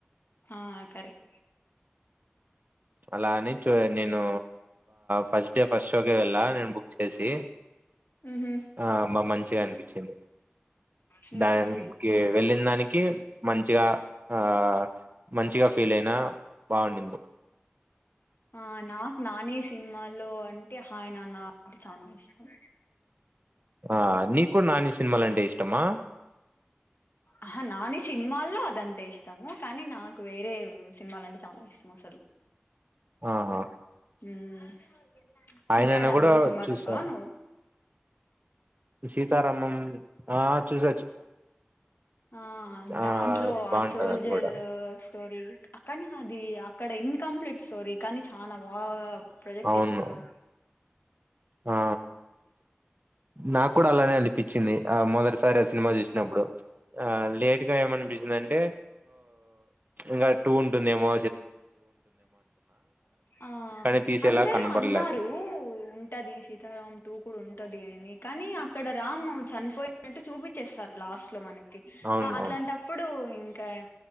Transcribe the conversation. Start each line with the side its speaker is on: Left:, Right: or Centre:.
Left: హా కరెక్ట్
Right: అలా అని చు నేను ఫస్ట్ డే ఫస్ట్ షోకే వెళ్ళా నేను బుక్ చేసి
Left: మ్మ్
Right: ఆ బా మంచిగా అనిపించింది
Left: హ్మ్
Right: దానికి
Left: మ్మ్
Right: వెళ్ళిన దానికి మంచిగా ఆ మంచిగా ఫీల్ అయినా బాగుండింది
Left: ఆ నాకు నానే సినిమాలో అంటే హాయ్ నాన్న చనా ఇష్టం
Right: ఆ నీకు కూడా నాని ఇష్ట సినిమాలంటే ఇష్టమా
Left: ఆహా నాని సినిమాల్లో అదంటే ఇష్టము కానీ నాకు వేరే సినిమాల అంటే చాలా ఇష్టం అసలు
Right: ఆహా
Left: మ్మ్ సీతారామం
Right: ఆయన అైనా కూడా
Left: సినిమా
Right: చూసా
Left: చూస్తావా నువ్వు
Right: సీతారామం ఆ చూస
Left: ఆ
Right: ఆ
Left: దాంట్లో ఆ
Right: బాగుంటది
Left: సోల్జర్
Right: అది కూడా
Left: స్టోరీ అక్కని అది అక్కడ ఇన్కంప్లీట్ స్టోరీ కానీ చానా బాగా ప్రొజెక్ట్
Right: అవును
Left: చేస్తున్నారు
Right: ఆ నాకు కూడా అలానే అనిపించింది ఆ మొదటిసారి ఆ సినిమా చూసినప్పుడు ఆ లేట్గా ఏమనిపి అంటే ఇంకా టూ తుందేమో
Left: ఆ
Right: కానీ తీసేలా
Left: అందరూ
Right: కనబడలేదు
Left: అన్నారు ఉంటది సీతారామం టూ కూడా ఉంటది అని కానీ అక్కడ రామ్ చనిపోయినట్టు చూపించేస్తారు లాస్ట్ లో మనకి
Right: అవునవును
Left: అట్లాంటప్పుడు ఇంకా